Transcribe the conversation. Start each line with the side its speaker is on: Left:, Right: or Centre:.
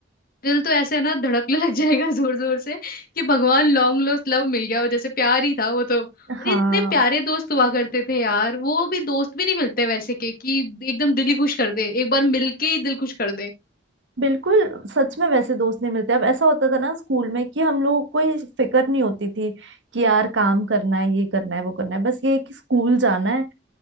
Left: दिल तो ऐसे ना धड़कने लग जाएगा <laughs> जोर जोर से कि भगवान लॉन्ग लॉस्ट लव मिल गया हो जैसे प्यार ही था वो तो अरे
Right: हाँ
Left: इतने प्यारे दोस्त हुआ करते थे यार वो भी दोस्त भी नहीं मिलते वैसे के कि एकदम दिल ही खुश कर दे एक बार मिलके ही दिल खुश कर दे
Right: बिल्कुल सच में वैसे दोस्त नहीं मिलते अब ऐसा होता था ना स्कूल में कि हम लोगों को ये फिक्र नहीं होती थी कि यार काम करना है ये करना है वो करना है बस ये है कि स्कूल जाना है